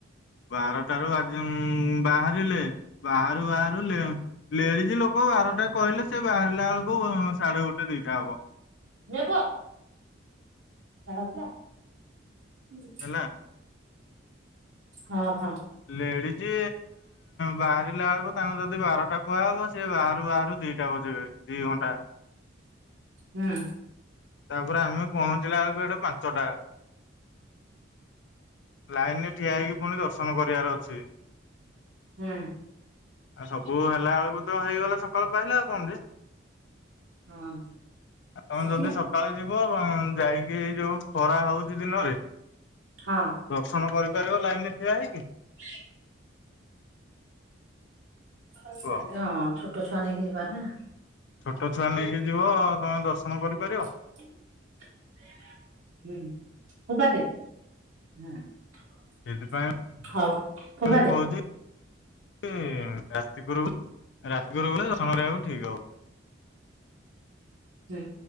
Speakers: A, on the left; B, on the right.
A: ବାରଟାରୁ ଆଜି ଉମ୍ ବାହାରିଲେ ବାହାରୁ ବାହାରୁ ଲେ ଲେଡିଜ ଲୋକ ବାରଟା କହିଲେ ସେ ବାହାରିଲା ବେଳକୁ ସାଢେ ଗୋଟେ ଦିଟା ହବ।
B: ନେବ? <unintelligible>
A: ହେଲା।
B: ହଁ ହଁ।
A: ଲେଡିଜି ବାହାରିଲା ବେଳକୁ ତାଙ୍କୁ ଯଦି ବାରଟା କୁହାହବ ସିଏ ବାହାରୁ ବାହାରୁ ଦିଟା ବଜେଇବେ। ଦି ଘଣ୍ଟା
B: ହୁଁ।
A: ତାପରେ ଆମେ ପହଞ୍ଚିଲା ବେଳକୁ ସେଠି ପାଞ୍ଚଟା ଲାଇନରେ ଠିଆ ହେଇକି ପୁଣି ଦର୍ଶନ କରିବାର ଅଛି।
B: ହୁଁ।
A: ଆଉ ସବୁ ହେଲା ବେଳକୁ ତ ହେଇଗଲା ସକାଳୁ ପାହିଲା ଆଉ କଣ ଅଛି ଜେ?
B: ହଁ
A: ଆଉ ତମେ
B: ପଶିଲା
A: ଯଦି ସ ସକାଳେ ଯିବ, ଯାଇକି ଏଇ ଯୋଉ ଖରା ହଉଛି ଦିନରେ
B: ହଁ
A: ଦର୍ଶନ କରିପାରିବ ଲାଇନ ରେ ଠିଆ ହେଇକି?
B: <inaudible> <unintelligible>
A: କୁହ?
B: ହଁ ଛୋଟ ଛୁଆ ନେଇକି ଯିବା ନା।
A: ଛୋଟ ଛୁଆ ନେଇକି ଯିବ। ତମେ ଦର୍ଶନ କରିପାରିବ?
B: <inaudible> <unintelligible>
A: ସେଥିପାଇଁ,
B: ହଉ ଫୋପାଡି
A: ମୁଁ
B: ଦେ
A: କହୁଛି ଛି ରାତି ପୁରୁ ରାତି ପୁରୁ <unintelligible> ଦର୍ଶନ କରିବାକୁ ଠିକ ହବ।
B: ହୁଁ